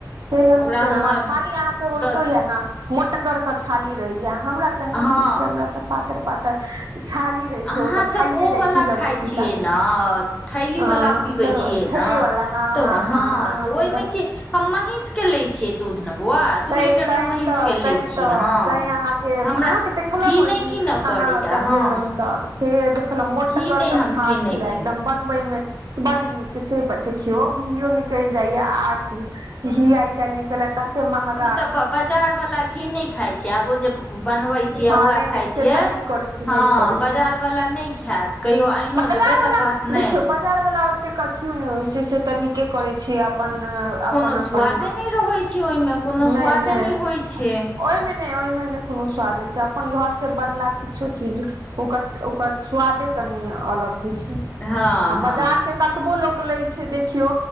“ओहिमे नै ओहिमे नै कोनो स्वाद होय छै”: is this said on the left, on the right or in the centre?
Right